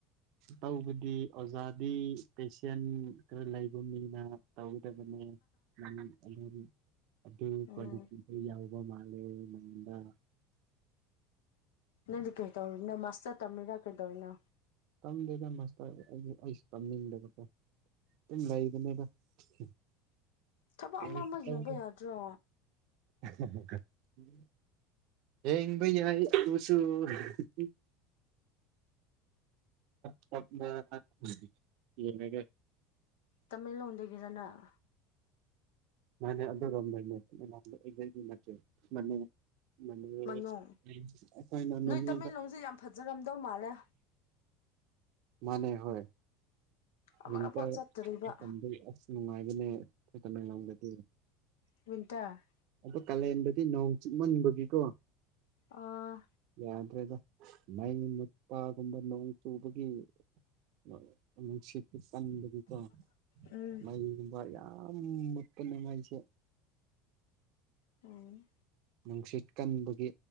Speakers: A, on the right (about 65°); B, on the left (about 85°).
A: ꯇꯧꯕꯗꯤ ꯑꯣꯖꯥꯗꯤ ꯄꯦꯁꯦꯟ ꯈꯔ ꯂꯩꯕ ꯃꯤꯅ ꯇꯒꯗꯕꯅꯦ <unintelligible> <inaudible> ꯑꯗꯨ
B: ꯎꯝ
A: ꯀ꯭ꯋꯥꯂꯤꯇꯤꯗꯨ ꯌꯥꯎ ꯕ ꯃꯥꯜꯂꯦ ꯅꯥꯉꯣꯟꯗ
B: ꯅꯪꯗꯤ ꯀꯩꯔꯤ ꯇꯧꯔꯤꯕꯅꯣ ꯃꯁꯇꯔ ꯇꯝꯔꯤꯔ ꯀꯩꯗꯧꯔꯤꯅꯣ
A: ꯇꯝꯗꯦꯗ ꯃꯥꯁꯇꯔ ꯑꯩ - ꯑꯩꯁ ꯇꯝꯅꯤꯡꯗꯕꯀꯣ ꯗꯨꯝ ꯂꯩꯕꯅꯦꯗ <unintelligible>
B: ꯊꯕꯛ
A: ꯀꯩꯁꯨ
B: ꯑꯃ ꯑꯃ
A: ꯇꯧꯗꯦ
B: ꯌꯦꯡꯕ ꯌꯥꯗ꯭ꯔꯣ
A: <unintelligible> ꯌꯦꯡꯕ ꯌꯥꯏ ꯑꯗꯨꯁꯨ <unintelligible> <unintelligible> <inaudible> ꯌꯦꯡꯔꯒꯦ
B: ꯇꯃꯦꯡꯂꯣꯡꯗꯒꯤꯔ ꯅꯪ
A: ꯃꯥꯅꯦ ꯑꯗꯨꯔꯣꯝ ꯗꯩꯅꯦ <unintelligible> <inaudible> ꯅꯠꯇꯦ ꯃꯅꯨꯡ ꯃꯅꯦ <unintelligible>
B: ꯃꯅꯨꯡ
A: ꯑꯩꯈꯣꯏꯅ ꯃꯅꯨꯡꯗ
B: ꯅꯣꯏ ꯇꯃꯦꯡꯂꯣꯡꯁꯦ
A: <inaudible>
B: ꯌꯥꯝ ꯐꯖꯔꯝꯗꯧ ꯃꯥꯜꯂꯦ
A: ꯃꯥꯟꯅꯦ ꯍꯣꯏ
B: ꯑꯃꯔꯛꯐꯥꯎ
A: ꯋꯤꯟꯇꯔ
B: ꯆꯠꯇ꯭ꯔꯤꯕ
A: ꯃꯇꯝꯗꯤ ꯑꯁ ꯅꯨꯡꯉꯥꯏꯕꯅꯦ ꯑꯈꯣꯏ ꯇꯃꯦꯡꯂꯣꯡꯗꯗꯤ
B: ꯋꯤꯟꯇꯔ
A: ꯑꯗꯣ ꯀꯥꯂꯦꯟꯗꯗꯤ ꯅꯣꯡ ꯆꯨꯃꯟꯕꯒꯤꯀꯣ
B: ꯑꯥ
A: ꯌꯥ ꯐ꯭ꯔꯦꯗ ꯃꯩ ꯃꯨꯠꯄꯒꯨꯝꯕ ꯅꯣꯡ ꯆꯨꯕꯒꯤ ꯃ -ꯅꯨꯡꯁꯤꯠ ꯄꯨꯛꯀꯟꯕꯒꯤꯀꯣ
B: ꯎꯝ
A: ꯃꯩꯒꯨꯝꯕ ꯌꯥꯝ ꯃꯨꯠꯄ ꯅꯨꯡꯉꯥꯏꯖꯦ
B: ꯍꯥꯎ
A: ꯅꯨꯡꯁꯤꯠ ꯀꯟꯕꯒꯤ